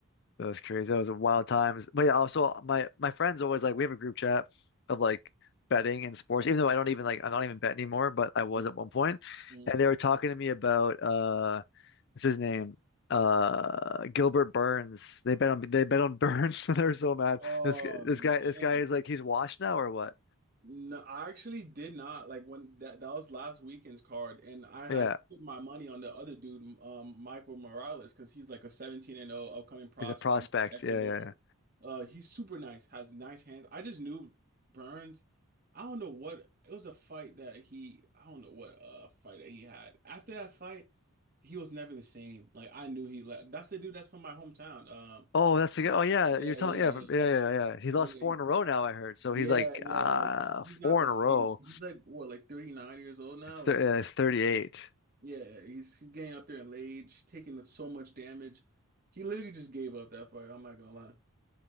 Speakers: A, on the left (about 50°); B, on the right (about 40°).
A: That was crazy. That was a wild times. But yeah, also my my friends always like we have a group chat of like betting and sports, even though I don't even like I don't even bet anymore, but I was
B: But, but-
A: at one point.
B: Mhm.
A: And they were talking to me about uh what's his name? Uh Gilbert Burns. They bet on they bet on Burns <laughs> and they're so mad.
B: Oh
A: This this
B: man.
A: guy this guy is like he's washed now or what?
B: No, I actually did not like when that that was last weekend's card, and I had
A: Yeah.
B: put my money on the other dude, um, Michael Morales, because he's like a 17 and 0 upcoming prospect,
A: He's a prospect.
B: Ecuador.
A: Yeah, yeah, yeah.
B: Uh, he's super nice, has nice hands. I just knew Burns. I don't know what it was a fight that he, I don't know what uh fight that he had. After that fight, he was never the same. Like I knew he left. That's the dude that's from my hometown. Um,
A: Oh, that's the guy. Oh, yeah.
B: yeah,
A: You're telling,
B: yeah,
A: yeah,
B: yeah.
A: from- yeah, yeah, yeah. He lost
B: Like, yeah,
A: four
B: he-
A: in a row now, I heard. So he's
B: yeah,
A: like,
B: yeah,
A: uh,
B: like he's not
A: four
B: the
A: in
B: same.
A: a row.
B: He's like what, like 39 years old now?
A: It's
B: Like,
A: th yeah, it's 38.
B: yeah, he's he's getting up there in age, taking so much damage. He literally just gave up that fight, I'm not gonna lie.